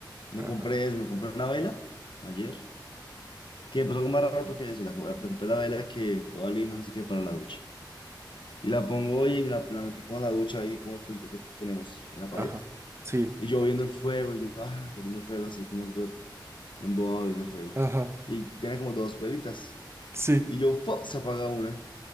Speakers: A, on the left; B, on the right.
A: Me
B: Ajá.
A: compré eso, me compré una vela ayer, que empezó algo más raro porque eso, la, co- me compré la vela que toda linda, no sé qué, para la ducha. Y la pongo hoy y me la, la metí como a la ducha ahí, como el cuchito que tenemos en la
B: Ajá.
A: pared.
B: Sí.
A: Y yo viendo el fuego, yo, ah, viendo el fuego, así como súper embobado viendo el fuego.
B: Ajá.
A: Y tiene como dos velitas.
B: Sí.
A: Y yo, ¡fua! se apaga una.